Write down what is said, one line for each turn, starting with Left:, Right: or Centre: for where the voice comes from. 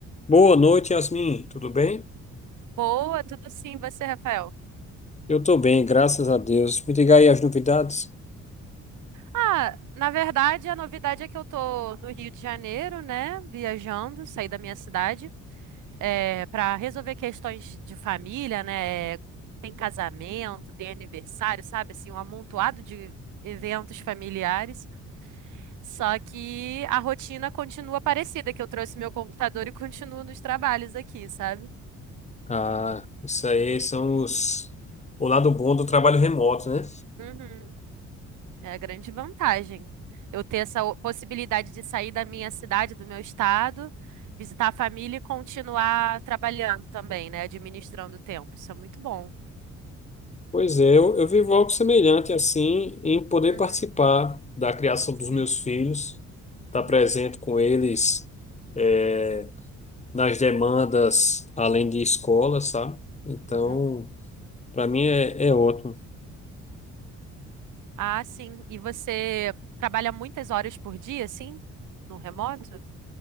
Left: Boa noite, Yasmin. Tudo bem?
Right: Boa, tudo sim, você, Rafael?
Left: Eu tô bem, graças a Deus. Me diga aí as novidades.
Right: Ah, na verdade, a novidade é que eu tô no Rio de Janeiro, né? Viajando, saí da minha cidade, é, para resolver questões de família, né? é, Tem casamento, tem aniversário, sabe? Assim, um amontoado de eventos familiares. Só que a rotina continua parecida, que eu trouxe meu computador e <laughs> continuo nos trabalhos aqui, sabe?
Left: Ah, isso aí são os... o lado bom do trabalho remoto, né?
Right: Uhum. É a grande vantagem. Eu ter essa o- possibilidade de sair da minha cidade, do meu estado, visitar a família e continuar trabalhando também, né? Administrando o tempo. Isso é muito bom.
Left: Pois é, eu, eu vivo algo semelhante assim em poder
Right: Uhum,
Left: participar da criação dos
Right: sim.
Left: meus filhos, estar
Right: Uhum,
Left: presente com eles eh, nas demandas além de escola, sabe? Então,
Right: uhum.
Left: para mim é, é ótimo.
Right: Ah, sim. E você trabalha muitas horas por dia, sim? No remoto?